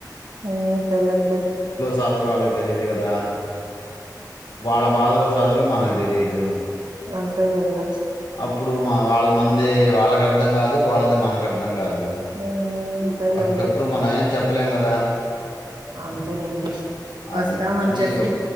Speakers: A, on the right; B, on the left.
A: హమ్ సైలండి
B: సాధలు వాళ్ళకి తెలియదు కదా వాళ్ళ బాధలు చదులు మనకు తెలీదు
A: అంతే లెండి
B: అప్పుడు మా వాళ్ళ మనది వాళ్ళకి అర్థం కాదు వాళ్ళది మనకు అర్థం కాదు
A: అంతేలేండి
B: అసంటప్పుడు మనం ఏం చెప్పలేం కద
A: అంతేలేండి వస్తామని
B: అది అది
A: చెప్పి